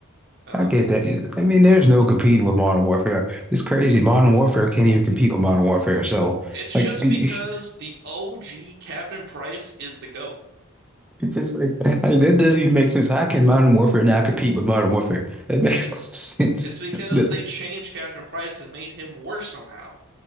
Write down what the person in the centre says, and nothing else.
I get that. It- I mean, there's no competing with Modern Warfare. It's crazy. Modern Warfare can't even compete with Modern Warfare. So,
like,
<laughs> it's
just like, <laughs> like, that doesn't even make sense. How can Modern Warfare not compete with Modern Warfare? That makes <laughs> no sense.
But